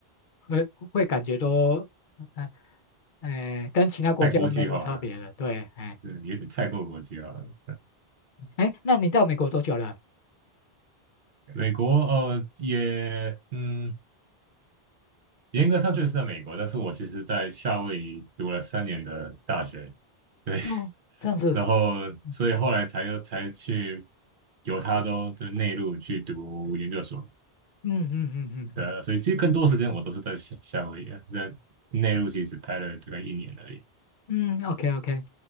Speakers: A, on the left; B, on the right.
A: 会会感觉都，哎、哎，跟其他国家没什么差别了。
B: 太国际化了，
A: 对，哎
B: 对，有点太过国际化了，
A: 哎，那你到美国多久了？
B: 美国呃，也嗯，严格上确实在美国，但是我其实在夏威夷读了三年的大学，对，<laughs>
A: 哦，这样子，
B: 然后所以后来才又才去
A: 嗯
B: 犹他州的内陆去读研究所
A: 嗯嗯嗯
B: 对，所以其实更多时间我都是在夏夏威夷啊，在内陆其实只待了大概一年而已。
A: 嗯嗯，OK OK，